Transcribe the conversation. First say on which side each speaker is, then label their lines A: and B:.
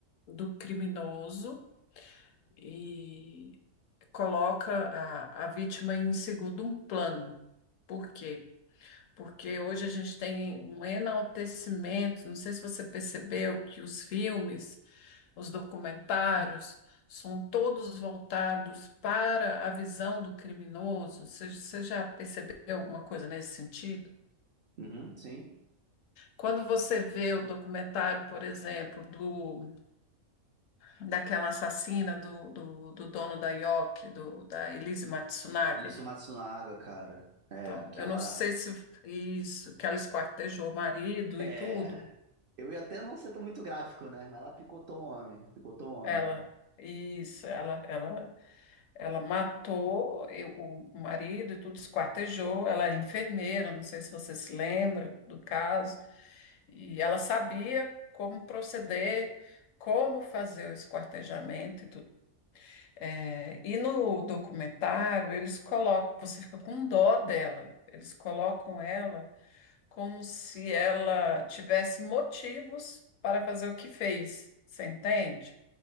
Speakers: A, on the left (about 75°); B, on the right (about 55°).
A: do criminoso e coloca a, a vítima em segundo plano. Por quê? porque hoje a gente tem um enaltecimento. Não sei se você percebeu que os filmes, os documentários, são todos voltados para a visão do criminoso. Você, você já percebeu alguma coisa nesse sentido?
B: Uhum, sim.
A: Quando você vê o documentário, por exemplo, do, daquela assassina do, do, do dono da Yoki, do, da Elise Matsunaga,
B: Alice Matsunaga, cara. É,
A: então,
B: aquela.
A: eu não sei se isso, que ela esquartejou o marido
B: É.
A: e tudo.
B: Eu ia até não ser tão muito gráfico, né? Mas ela picotou o homem. Picotou o homem.
A: Ela, isso, ela, ela, ela matou eu- o marido e tudo, esquartejou. Ela era enfermeira, não sei se você se lembra do caso. E ela sabia como proceder, como fazer o esquartejamento e tudo. É, e no documentário, eles colocam, você fica com dó dela, eles colocam ela como se ela tivesse motivos para fazer o que fez, você entende?